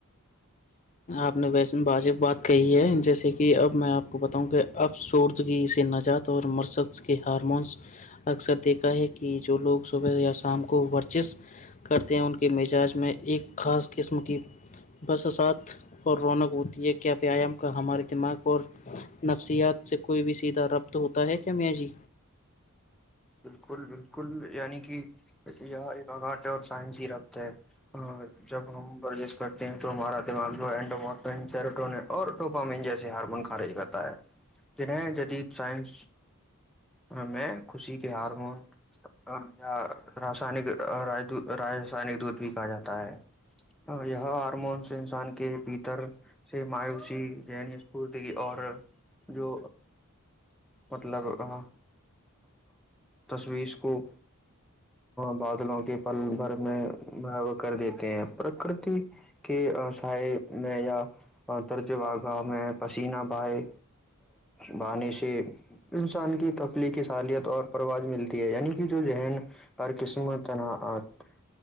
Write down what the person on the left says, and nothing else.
آپ نے ویسن واجب بات کہی ہے جیسے کہ اب میں آپ کو بتاؤں کہ اب سوردگ سے نجات اور مرسکس کے ہارمونس اکثر دیکھا ہے کہ جو لوگ صبح یا شام کو ورزش کرتے ہیں ان کے مزاج میں ایک خاص قسم کی بسسات اور رونق ہوتی ہے کیا ویام کا ہمارے دماغ اور نفسیات سے کوئی بھی سیدھا ربط ہوتا ہے کیا میاں جی